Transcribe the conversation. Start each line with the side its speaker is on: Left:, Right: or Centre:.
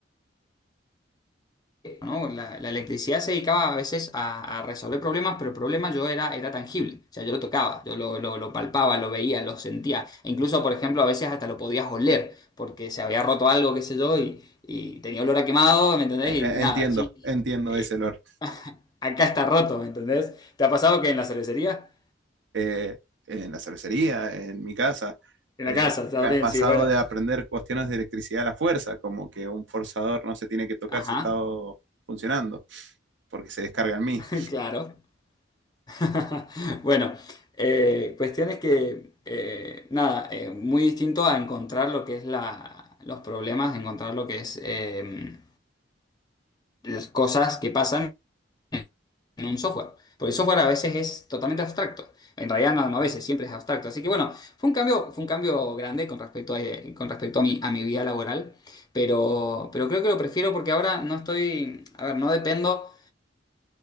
Left: ¿no? La, la electricidad se dedicaba a veces a, a resolver problemas, pero el problema yo era, era tangible, o sea, yo lo tocaba, yo lo, lo- lo palpaba, lo veía, lo sentía, E incluso, por ejemplo, a veces hasta lo podías oler, porque se había roto algo, qué sé yo, y, y tenía olor a quemado, ¿me entendés?
Right: Eh,
Left: Y
Right: eh,
Left: nada,
Right: entiendo,
Left: sí,
Right: entiendo
Left: eh,
Right: ese olor.
Left: acá está roto, ¿me entendés? ¿Te ha pasado que en la cervecería?
Right: Eh, en la cervecería, en mi casa,
Left: En
Right: eh,
Left: la casa, también,
Right: me ha pasado
Left: sí, bueno,
Right: de aprender cuestiones de electricidad a la fuerza, como que un forzador no se tiene que tocar
Left: ajá,
Right: si está funcionando, porque se descarga en mí.
Left: <laughs> claro. <laughs> Bueno, eh, cuestiones que, eh, nada, eh, muy distinto a encontrar lo que es la, los problemas, encontrar lo que es eh, las cosas que pasan en un software. Porque el software a veces es totalmente abstracto. En realidad no, no a veces, siempre es abstracto. Así que bueno, fue un cambio, fue un cambio grande con respecto a, eh, con respecto a mi, a mi vida laboral. Pero, pero creo que lo prefiero porque ahora no estoy, a ver, no dependo.